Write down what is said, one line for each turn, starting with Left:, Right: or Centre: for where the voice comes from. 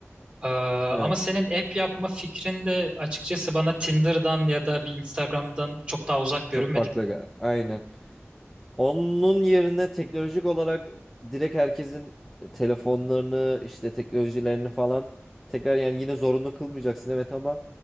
Right: Ee, ama
Centre: Evet,
Right: senin app yapma fikrin de açıkçası bana Tinder'dan ya da bir Instagram'dan çok daha uzak görünmedi.
Centre: çok farklı. gal- Aynen. Onun yerine teknolojik olarak direkt herkesin telefonlarını işte teknolojilerini falan tekrar yani yine zorunlu kılmayacaksın evet ama